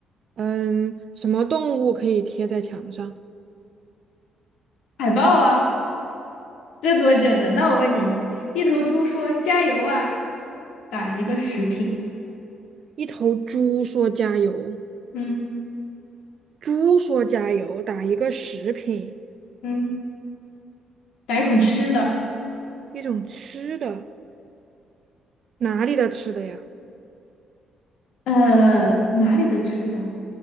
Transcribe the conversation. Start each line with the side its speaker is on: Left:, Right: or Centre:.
Right: 嗯，什么动物可以贴在墙上？
Left: 海报啊，这多简单。那我问你，一头猪说加油啊，打一个食品，
Right: 一头猪说加油，
Left: 嗯
Right: 猪说加油，打一个食品，
Left: 嗯，打一种吃的，
Right: 一种吃的，哪里的吃的呀？
Left: 呃，哪里的吃的？